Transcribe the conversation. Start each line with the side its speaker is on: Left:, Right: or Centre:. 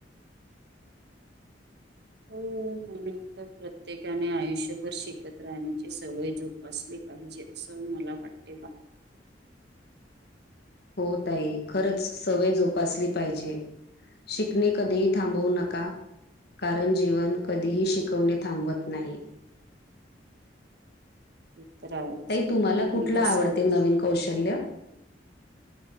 Left: <inaudible>
Right: हो म्हणून तर प्रत्येकाने आयुष्यभर शिकत राहण्याची सवय जोपासली पाहिजे असं मला वाटते बा.
Left: हो ताई खरंच सवय जोपासली पाहिजे. शिकणे कधीही थांबवू नका कारण जीवन कधीही शिकवने थांबवत नाही.
Right: <unintelligible>
Left: ताई तुम्हाला
Right: आणि
Left: कुठला
Right: कसं
Left: आवडते
Right: आहे
Left: नवीन कौशल्य?